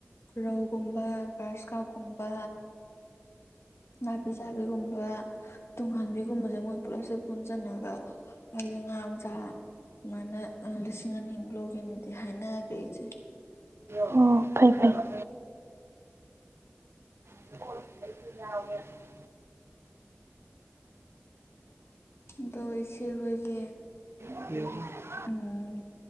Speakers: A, on the left; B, on the right.
A: ꯔꯧꯒꯨꯝꯕ ꯒ꯭ꯔꯥꯁ ꯀꯞꯒꯨꯝꯕ ꯅꯥꯄꯤ ꯆꯥꯕꯤꯒꯨꯝꯕ ꯇꯨꯡꯍꯟꯕꯤꯒꯨꯝꯕꯁꯦ ꯃꯣꯏ ꯄꯨꯂꯞꯁꯦ ꯄꯨꯟꯁꯤꯟꯅꯒ ꯍꯥꯏꯗꯤ ꯉꯥ ꯃꯆꯥ ꯑꯗꯨꯃꯥꯏꯅ ꯂꯤꯁꯤꯡ ꯑꯅꯤꯃꯨꯛ ꯂꯧꯒꯦꯅꯗꯤ ꯍꯥꯏꯅꯈ꯭ꯔꯦ ꯏꯆꯦ
B: ꯍꯣ ꯐꯩ ꯐꯩ <inaudible> <inaudible>
A: ꯑꯗꯣ ꯏꯆꯦꯍꯣꯏꯒꯤ
B: <inaudible>
A: ꯎꯝ